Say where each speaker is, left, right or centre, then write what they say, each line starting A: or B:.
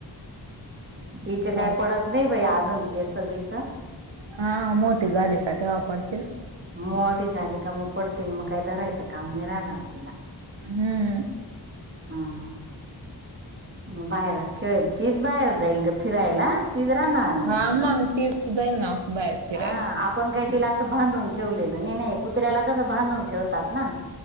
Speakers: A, on the right; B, on the right.
A: हिचे
B: चालत
A: काय पडत नाही बाई अजून केस बीस.
B: हा मोठी झालि का मग तवा पडतील.
A: मोठी झाली का मग पडतील मग काय धरायच. काम नाही राहणार तीला
B: हम्म
A: हम्म बाहेरच खेळेल तीच बाहेर जाईल ग फिरायला तीच राहणार. नाही
B: हा मग तीच जाईल ना बाहेर. फिरायला
A: हा आपण काही तिला असं बांधून ठेवलेल नाही, नाही कुत्र्याला कस बांधून ठेवतात ना.